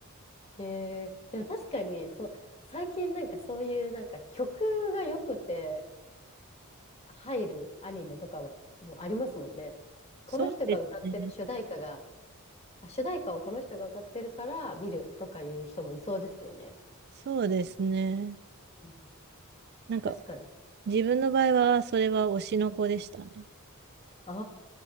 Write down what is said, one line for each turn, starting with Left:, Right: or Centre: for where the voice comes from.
Left: ねえでも確かに、そ、最近なんかそういうなんか曲が良くて入るアニメとかはもうありますもんね。
Right: そうですね。
Left: この人が歌ってる主題歌が、あ主題歌をこの人が歌ってるから見るとかいう人もいそうですよね。
Right: そうですね。
Left: うん
Right: なんか
Left: 確かに。
Right: 自分の場合は、それは推しの子でしたね。
Left: あ